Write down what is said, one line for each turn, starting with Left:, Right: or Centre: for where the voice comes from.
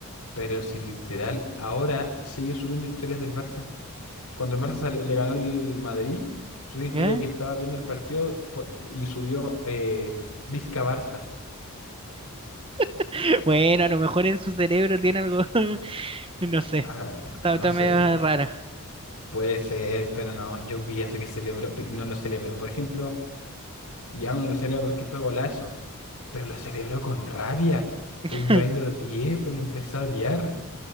Left: Pero si literal ahora sigue subiendo historias del Barça. Cuando el Barça salió- le ganó al Madrid, subió una historia
Right: ¿Ya?
Left: de que estaba viendo el partido pu- y subió eh, Vizca Barça.
Right: <laughs> Bueno, a lo mejor en su cerebro tiene algo, <laughs> no sé.
Left: Ah,
Right: Está,
Left: no
Right: está
Left: sé,
Right: medio rara.
Left: puede ser, pero no. Yo vi eso que celebró y no lo celebró. Por ejemplo, y aún no lo celebra porque fue golazo. pero lo celebró con rabia.
Right: <laughs>
Left: Y Yo ahí lo odié, pero lo empecé a odiar.